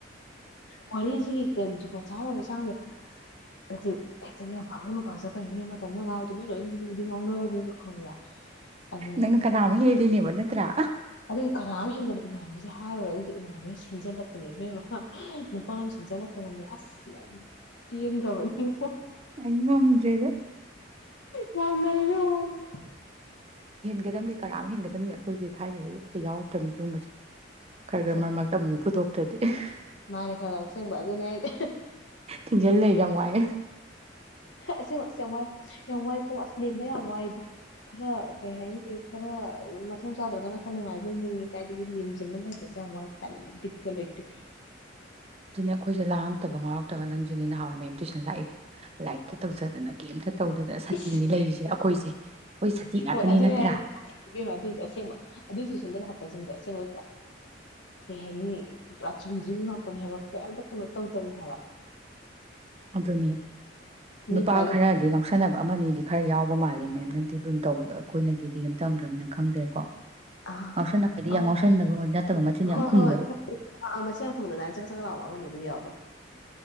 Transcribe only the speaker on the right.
ꯅꯪꯅ ꯀꯔꯥꯝ ꯍꯦꯜꯂꯤꯅꯦꯕ ꯅꯠꯇ꯭ꯔ꯫
ꯑꯩ ꯉꯝꯗ꯭ꯔꯦꯗ
ꯍꯦꯟꯒꯗꯕꯅꯤ ꯀꯔꯥꯝꯃ ꯍꯦꯟꯒꯗꯝꯅꯤ ꯑꯩꯈꯣꯏꯁꯦ ꯊꯥꯏꯅꯗꯩ ꯑꯝꯇ ꯌꯥꯎꯔꯛꯇ꯭ꯔꯕꯅꯤ ꯁꯤꯒꯨꯝꯕꯁꯦ꯫ ꯈꯔ
<unintelligible> ꯃꯔꯛ ꯃꯔꯛꯇ ꯑꯃꯨꯛ ꯄꯨꯊꯣꯛ <unintelligible>
<unintelligible> ꯖꯜꯂ ꯂꯩꯕꯁꯦ ꯌꯥꯝ ꯋꯥꯏ꯫
ꯑꯗꯨꯅꯦ ꯑꯩꯈꯣꯏꯁꯦ ꯂꯥꯡꯉꯛꯇꯕ ꯉꯥꯎꯔꯛꯇꯕ ꯅꯪꯁꯨꯅꯦ ꯅꯍꯥꯟꯋꯥꯏ ꯃꯦꯝ ꯇꯨꯏꯁꯟ ꯂꯥꯛꯏꯗꯣ ꯂꯥꯏꯔꯤꯛꯇ ꯇꯧꯖꯗꯅ ꯀꯩꯝꯇ꯫ ꯇꯧꯗꯅ ꯁꯥꯇꯤꯅꯤ
ꯂꯩꯔꯤꯁꯦ ꯑꯩꯈꯣꯏꯁꯦ ꯑꯩꯈꯣꯏ ꯁꯥꯇꯤ ꯉꯥꯛꯇꯅꯤ
ꯅꯠꯇ꯭ꯔꯥ
ꯑꯗꯨꯅꯦ꯫
ꯅꯨꯄꯥ
ꯈꯔꯗꯤ ꯉꯥꯎꯁꯟꯅꯕ ꯑꯃꯅꯤ ꯑꯗꯤ ꯈꯔ ꯌꯥꯎꯕ <unintelligible> ꯃꯥꯜꯂꯤꯦ ꯃꯦꯝꯅꯗꯤ ꯂꯨꯅ ꯇꯧꯕꯗꯣ ꯑꯩꯈꯣꯏꯅꯗꯤ ꯗꯦꯝ ꯇꯝꯗ꯭ꯔꯝꯅꯤꯅ ꯈꯪꯗ꯭ꯔꯦꯀꯣ꯫
ꯉꯥꯎꯁꯟꯅꯕꯗꯤ
ꯌꯥꯝ ꯉꯥꯎꯁꯟꯅꯕ ꯅꯠꯇꯕ ꯃꯆꯤꯟ
ꯌꯥꯝ ꯈꯨꯝꯕꯗꯣ